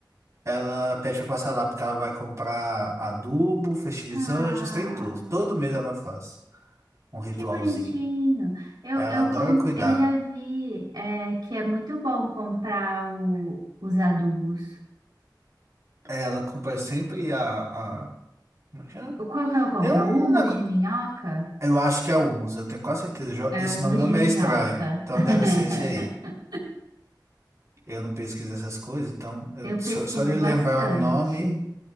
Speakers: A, on the right; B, on the right.
A: ela pede pra eu passar lá, porque ela vai comprar adubo, fertilizante,
B: Ah,
A: os trem tudo. Todo mês ela faz um ritualzinho.
B: que bonitinho. Eu,
A: Ela
B: eu,
A: adora
B: com...
A: cuidar.
B: eu já vi é, que é muito bom comprar o... os adubos.
A: Ela acompanha sempre a, a... como é que chama?
B: Qual que eu compro?
A: Tem um
B: O Humus
A: negócio...
B: de minhoca?
A: Eu acho que é Humus, eu tenho quase certeza. Jo- Esse
B: É o humus
A: nome não
B: de
A: me é
B: minhoca.
A: estranho. Então
B: <laughs>
A: deve ser esse aí. Eu não pesquiso essas coisas, então... eu-
B: Eu
A: Só,
B: pesquiso
A: só de
B: bastante.
A: lembrar o nome...